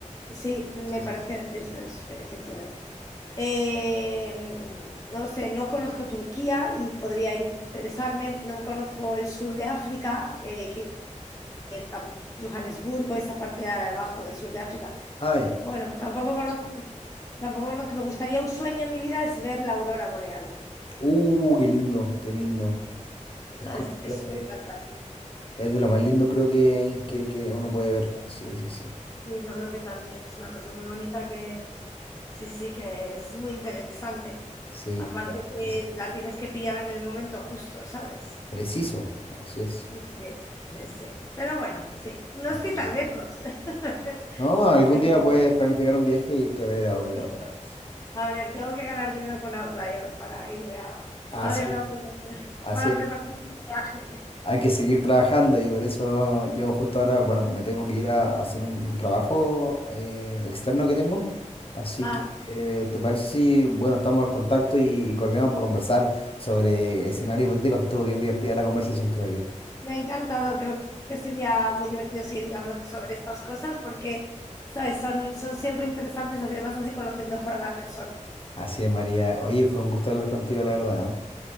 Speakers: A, on the left (about 25°); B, on the left (about 45°).
A: Sí, me
B: Sí,
A: pareció,
B: sí. sí.
A: esto es, efectivamente. Eh, no lo sé, no conozco Turquía y podría interesarme, no conozco el sur de África, eh, que, que tam- Johannesburgo, esa parte de abajo del sur de África.
B: Ah, ya.
A: Bueno, tampoco conozco, tampoco conozco, me gustaría un sueño en mi vida es ver la aurora boreal.
B: Uh, qué lindo, qué lindo. Es
A: Entonces,
B: como de
A: eso
B: lo-
A: me
B: eh,
A: encanta.
B: es de lo más lindo creo que, que, que uno puede ver. Sí, sí, sí.
A: Y yo creo que también es una cosa muy bonita que, sí, sí, que es muy interesante.
B: Sí,
A: Aparte
B: claro
A: que
B: que sí.
A: la tienes que pillar en el momento justo, ¿sabes?
B: Preciso, así es.
A: Sí, sí, sí, sí. Pero bueno, sí, no
B: Pero
A: estoy
B: bueno.
A: tan lejos. <laughs>
B: No, algún
A: Pero
B: día puedes planificar un viaje y irte a ver auroras
A: sí,
B: boreales.
A: a ver, tengo que ganar dinero con Outlier para irme a,
B: Así
A: a ver la
B: es,
A: obra,
B: así
A: para
B: es.
A: preparar mi viaje.
B: Hay que seguir trabajando y por eso yo justo ahora, bueno, me tengo que ir a a hacer un, un trabajo eh, externo que tengo. Así
A: Ah,
B: que, eh, ¿te parece si, bueno, estamos al contacto y, y coordinamos para conversar sobre escenarios hipotéticos que estuvo bien divertida la conversación, creo yo.
A: me ha encantado, creo que sería muy divertido seguir hablando sobre estas cosas porque, ¿sabes? Son, son siempre interesantes, así- además así conoces mejor a la persona.
B: Así es, María. Oye, fue un gusto hablar contigo, la verdad. ¿eh?